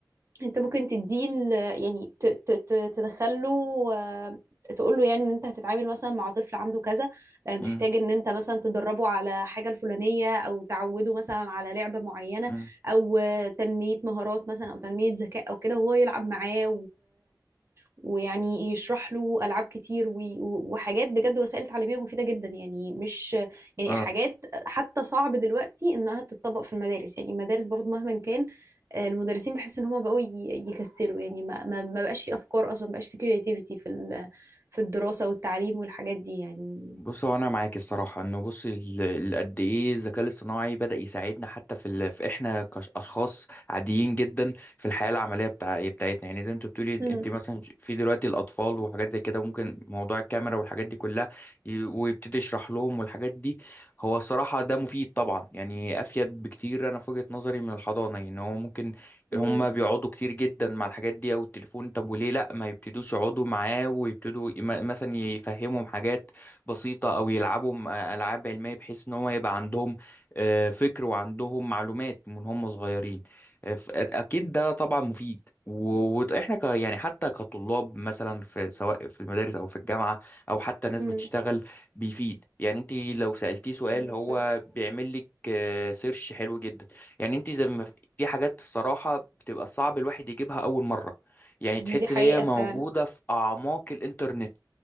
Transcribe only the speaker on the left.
امم
امم
اه
بص هو انا معاك الصراحه انه بص ال- ال- قد ايه الذكاء الاصطناعي بدا يساعدنا حتى في, ال... في احنا كاشخاص عاديين جدا في الحياه العمليه بتاع... بتاعتنا يعني زي ما انت بتقولي
انت مثلا في دلوقتي الاطفال وحاجات زي كده وممكن موضوع الكاميرا والحاجات دي كلها ي... ويبتدي يشرح لهم والحاجات دي هو الصراحه ده مفيد طبعا يعني افيد بكتير انا في وجهه نظري من الحضانه يعني هو ممكن هم
بيقعدوا كتير جدا مع الحاجات دي او التليفون طب وليه لا ما يبتدوش يقعدوا معاه ويبتدوا ي- مثلا يفهمهم حاجات بسيطة أو يلعبوا م- ألعاب علمية بحيث إن هو يبقى عندهم آه، فكر وعندهم معلومات من هم صغيرين آه، ف- أكيد ده طبعا مفيد و- وإحنا ك يعني حتى كطلاب مثلا في سواء في المدارس أو في الجامعة أو حتى ناس
بتشتغل بيفيد يعني أنت لو سألتيه سؤال
هو بيعمل لك آه، سيرش حلو جدا يعني أنت زي ما في حاجات الصراحة بتبقى صعب الواحد يجيبها أول مرة يعني
تحس
ان هي موجودة
في اعماق الانترنت